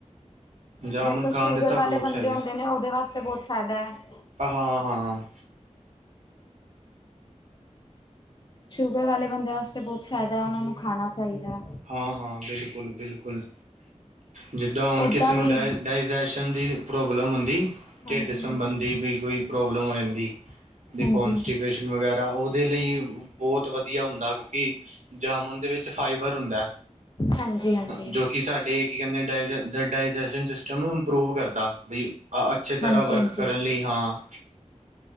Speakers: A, on the right (about 75°); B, on the left (about 40°).
A: ਜਾਮੁਨ
B: ਦੇਖੋ,
A: ਖਾਣ
B: ਸ਼ੂਗਰ
A: ਦੇ ਤਾਂ
B: ਵਾਲੇ
A: ਬਹੁਤ
B: ਬੰਦੇ
A: ਫਾਇਦੇ
B: ਹੁੰਦੇ ਨੇ ਉਹਦੇ ਵਾਸਤੇ ਬਹੁਤ ਫਾਇਦਾ ਹੈ। <inaudible>
A: ਹਾਂ, ਹਾਂ।
B: ਸ਼ੂਗਰ ਵਾਲੇ ਬੰਦੇ ਵਾਸਤੇ ਬਹੁਤ ਫ਼ਾਇਦਾ, ਉਹਨਾ ਨੂੰ ਖਾਣਾ ਚਾਹੀਦਾ।
A: ਹਾਂ- ਹਾਂ, ਬਿਲਕੁਲ -ਬਿਲਕੁਲ। ਜਿੱਦਾਂ ਹੁਣ
B: ਓਦਾਂ
A: ਕਿਸੇ ਨੂੰ
B: ਵੀ
A: ਡਾਏ ਡਾਇਜਸਨ ਦੀ ਪ੍ਰੋਬਲਮ ਹੁੰਦੀ
B: ਹਾਂਜੀ
A: ਢਿੱਡ
B: ਹਾਂਜੀ
A: ਸੰਬੰਧੀ ਵੀ ਕੋਈ ਪੋ੍ਬਲਮ ਹੋ ਜਾਂਦੀ, ਦੇਖੋ,
B: ਹਾਂਜੀ
A: ਅਨਸਟੀਵ
B: ਹਾਂਜੀ
A: ਵਗੈਰਾ ਉਹਦੇ ਲਈ ਬਹੁਤ ਵਧੀਆ ਹੁੰਦਾ, ਕਿਉਂਕਿ ਜਾਮੁਨ ਦੇ ਵਿੱਚ ਫਾਇ ਬਰ ਹੁੰਦਾ
B: ਹਾਂਜੀ ਹਾਂਜੀ
A: ਜੋ ਕਿ ਸਾਡੇ ਕੀ ਕਹਿੰਦੇ ਡ ਡਾਇਜੈਸਟ ਸਿਸਟਮ ਨੂੰ ਇੰਪਰੂਵ ਕਰਦਾ, ਬਈ ਅ ਅੱਛੇ
B: ਹਾਂਜੀ
A: ਤਰ੍ਹਾਂ ਵਰਕ
B: ਹਾਂਜੀ
A: ਕਰਨ ਲਈ ਹਾਂ।